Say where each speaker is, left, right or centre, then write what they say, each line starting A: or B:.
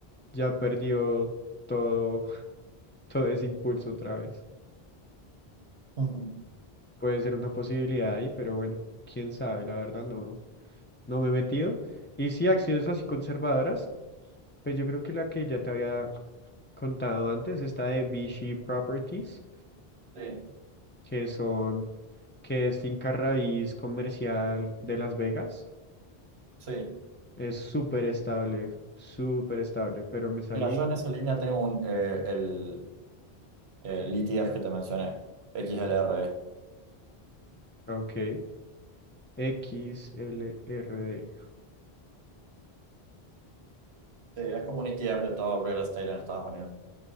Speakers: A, on the left; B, on the right.
A: ya perdió todo, <laughs> todo ese impulso otra vez.
B: <laughs> Ujú.
A: Puede ser una posibilidad ahí, pero bueno, quién sabe, la verdad no, no me he metido. Y sí, acciones así conservadoras, pues yo creo que la que ya te había contado antes, esta de Vichy Properties,
B: Sí,
A: que son, que es finca raíz comercial de Las Vegas.
B: sí.
A: Es súper estable, súper estable, pero me salí,
B: Mira, yo en esa línea tengo un, eh, el, el ETF que te mencioné, XLRE.
A: ok, X L R D
B: Sí, es como un ETF de todo real estate en Estados Unidos.